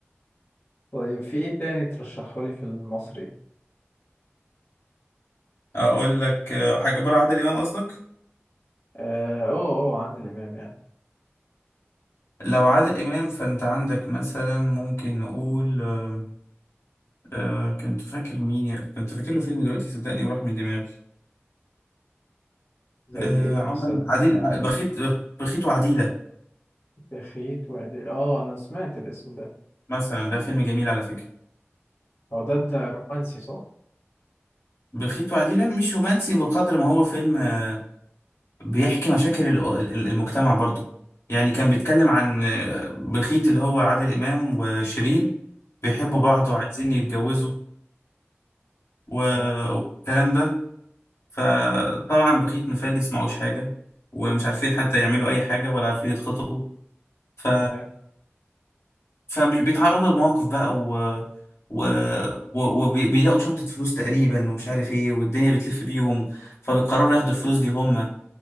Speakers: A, on the left; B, on the left.
A: طيب في ايه تاني ترشحه لي في المصري
B: واقول لك آه، حاجه بره عادل امام قصدك
A: اه اه آه، عادل امام يعني
B: لو عادل امام فانت عندك مثلا ممكن نقول آه، آه، كنت فاكر مين يا- كنت فاكر له فيلم دلوقتي صدقني وراح من دماغي
A: زي
B: آه،
A: ايه
B: عمل
A: مثلا
B: عديل ع- بخيت بخيت وعديله
A: بخيت وعدي اه انا سمعت الاسم ده
B: مثلا ده فيلم جميل على فكره
A: هو ده ده رومانسي صح؟
B: وبخيت وعديله مش رومانسي بقدر ما هو فيلم آه، بيحكي مشاكل ال- ال- المجتمع برضو يعني كان بيتكلم عن بخيت اللي هو عادل إمام وشيرين بيحبوا
A: اه
B: بعض وعايزين يتجوزوا و-
A: تمام
B: والكلام ده فطبعا بخيت مفلس معهوش حاجة ومش عارفين حتى يعملوا أي حاجة ولا عارفين يتخطبوا ف
A: تمام
B: فمش بيتعرضوا لمواقف بقى و و... و- وبيلاقوا شنطة فلوس تقريبا ومش عارف ايه والدنيا بتلف بيهم فبيقرروا ياخدوا الفلوس دي هم